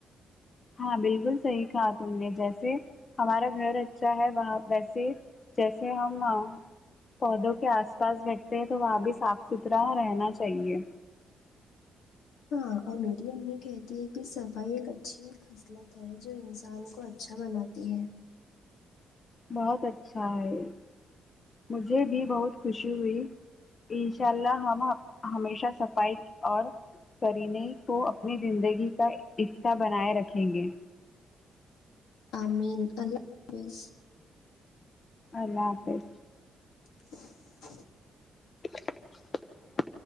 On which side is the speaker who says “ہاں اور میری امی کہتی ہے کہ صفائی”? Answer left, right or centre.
Left